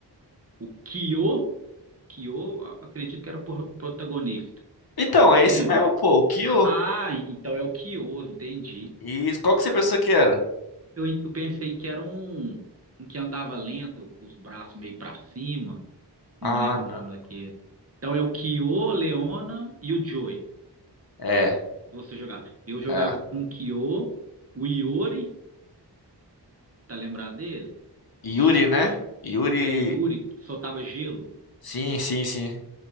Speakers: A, on the right; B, on the left.
A: o Kyo, Kyo, a- acredito que era o pro- protagonista.
B: Então, é esse
A: Lembra?
B: mesmo, pô. O Kill.
A: Ah, então é o Kyo, entendi.
B: E qual que você pensou que era?
A: Eu, eu pensei que era um, um que andava lento, com os braços meio pra cima. Não
B: Ah,
A: lembro
B: não.
A: o nome daquele. Então é o Kyo, Leona e o Joy.
B: É,
A: Você jogava. Eu jogava
B: é.
A: com o Kyo, o Iori, tá lembrado dele?
B: Yuri, né? Yuri.
A: É, Yuri, que soltava gelo.
B: Sim, sim, sim.